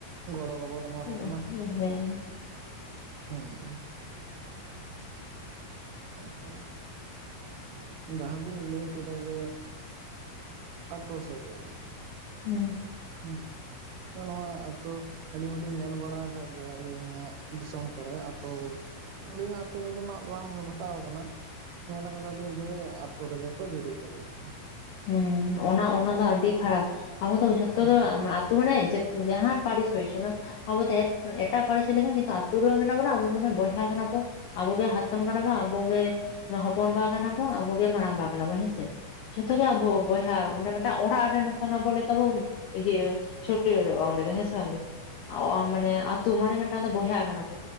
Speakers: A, on the right (about 85°); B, on the left (about 85°).
A: ᱜᱚᱲᱚ ᱵᱟᱵᱚᱱ ᱮᱢᱟ
B: ᱦᱮᱸ
A: ᱠᱚ ᱠᱟᱱᱟ᱾
B: ᱦᱮᱸ
A: ᱦᱩᱸ᱾ <inaudible> ᱡᱟᱦᱟᱸ ᱵᱤᱱ ᱞᱟᱹᱭ ᱠᱮᱫᱟ ᱡᱮ ᱟᱛᱳ ᱥᱟᱹᱜᱟᱹᱭ᱾
B: ᱦᱩᱸ᱾
A: <inaudible> ᱱᱚᱣᱟ ᱟᱹᱛᱩ ᱟᱹᱞᱤᱧ ᱦᱚᱞᱤᱧ ᱧᱮᱞ ᱵᱟᱲᱟ ᱟᱠᱟᱫ ᱜᱮᱭᱟ ᱟᱹᱞᱤᱧᱟᱜ ᱫᱤᱥᱚᱢ ᱠᱚᱨᱮ ᱟᱹᱛᱩ ᱟᱹᱞᱤᱧᱟᱜ ᱟᱛᱳ ᱨᱮᱫᱚ ᱱᱟᱜ ᱵᱟᱝ ᱜᱷᱚᱴᱟᱣ ᱠᱟᱱᱟ᱾ ᱧᱮᱞ ᱟᱠᱟᱫᱟᱞᱤᱧ ᱡᱮ ᱟᱛᱳ ᱨᱮᱜᱮ ᱠᱚ ᱡᱩᱨᱤ ᱯᱟᱨᱤ ᱠᱟᱱᱟ᱾
B: ᱦᱮᱸ ᱚᱱᱟ ᱚᱱᱟ ᱟᱹᱰᱤ ᱠᱷᱟᱨᱟᱯ᱾ ᱟᱵᱚ ᱫᱚ ᱡᱷᱚᱛᱚ
A: ᱦᱳ
B: ᱜᱮ ᱢᱟᱱᱮ <unintelligible> ᱡᱟᱦᱟ ᱯᱟᱨᱤᱥ ᱦᱩᱭᱪᱚᱱᱚ᱾ ᱟᱵᱚ ᱫᱚ ᱮᱴᱟᱜ ᱯᱟᱲᱤᱥ ᱞᱮᱠᱷᱟᱱ ᱠᱤᱱᱛᱩ ᱟᱹᱛᱩ ᱨᱮ ᱢᱮᱱᱟᱜ ᱵᱚᱱᱟ ᱢᱟᱱᱮ ᱵᱚᱭᱦᱟ ᱠᱟᱱᱟ ᱵᱚᱱ᱾ ᱟᱵᱚᱜᱮ ᱦᱟᱛᱚᱢ ᱠᱟᱱᱟ ᱵᱚ ᱟᱵᱚ ᱜᱮ ᱦᱚᱯᱚᱱᱵᱟ ᱠᱟᱱᱟ ᱵᱚ ᱟᱵᱚᱜᱮ ᱢᱟᱨᱟᱲᱟᱝᱵᱟ ᱠᱟᱱᱟᱵᱚ ᱦᱮᱸ ᱥᱮ᱾ ᱡᱚᱛᱚᱜᱮ ᱟᱵᱚ ᱵᱚᱭᱦᱟ ᱢᱟᱱᱮ ᱢᱤᱫᱴᱟᱝ ᱚᱲᱟᱜ ᱨᱮᱱ ᱠᱟᱱᱟ ᱵᱚᱞᱮ ᱞᱮᱠᱟᱵᱚ ᱤᱭᱟᱹ <unintelligible> ᱚᱸᱰᱮ ᱫᱚ ᱦᱮᱸᱥᱮ ᱵᱟᱝ? ᱢᱟᱱᱮ ᱟᱹᱛᱩ ᱢᱟᱱᱮ ᱢᱤᱫᱴᱟᱝ ᱫᱚ ᱵᱚᱭᱦᱟ ᱠᱟᱱᱟ ᱵᱚ᱾